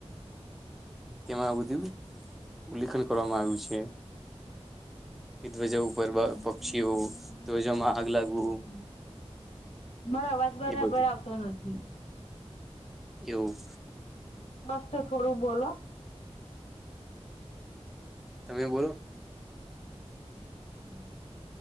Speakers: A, in the centre; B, on the left (about 70°).
A: તેમાં આ બધું ઉલ્લેખન કરવામાં આવ્યું છે ધ્વજા. ફરવા
B: બરાબર
A: પક્ષીઓ
B: આમ તો તહેવારો ઘણા
A: ઘ્વજા
B: બધા
A: માં આગ લાગવું.
B: હોય છે. મારો અવાજ બરાબર
A: એ બધું
B: આવતો નથી.
A: એવું.
B: મસ્ત થોડું બોલો.
A: તમે બોલો.
B: હમ <unintelligible>